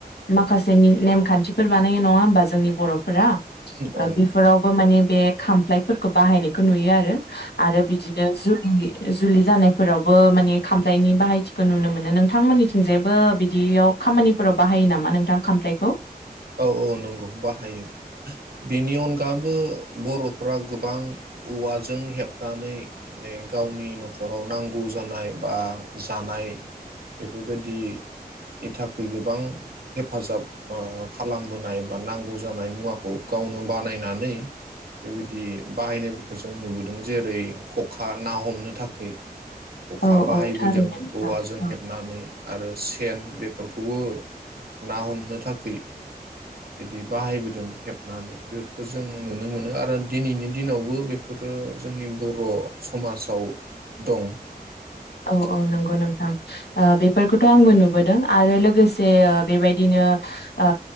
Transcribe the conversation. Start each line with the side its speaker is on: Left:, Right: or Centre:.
Left: माखासे नेमखान्थिफोर बानायो नङा होमबा जोंनि बर' फोर ओ
Right: औ
Left: बेफोरावबो माने बे खामफ्लायफोरखौ बाहायनायखौ नुयो आरो। आरो बिदिनो जुल जुलि जानायफोरावबो माने खामफ्लायनि बाहायथिखौ नुनो मोनो। नोंथांमोननिथिंजायबो बिदियाव खामानिफोराव बाहायो नामा नोंथां खामफ्लायखौ?
Right: औ औ नंगौ बाहायो बेनि अनगाबो बर' फोरा गोबां औवाजों हेबनानै माने गावनि न'खराव नांगौ जानाय बा जानाय बेफोरबायदिनि थाखाय गोबां हेफाजाब ओ खालामबोनाय बा नांगौ जानाय मुवाखौ गावनो बानायनानै बेबायदि बाहायनायफोरखौ जों नुबोदों जेरै खखा ना हमनो थाखोय। खखा
Left: औ
Right: बाहायबोदों
Left: औ थारैनो नोंथां
Right: औवाजों
Left: औ
Right: हेबनानै आरो सेन बेफोरखौबो ना हमनो थाखै बिदि बाहायबोदों हेबनानै बेफोरखौ जों नुनो मोनो आरो दिनैनि दिनावबो बेफोरो जोंनि बर' समाजाव दं।
Left: औ औ नंगौ नोंथां ओ बेफोरखौथ' आंबो नुबोदों आरो लोगोसे बेबायदिनो ओ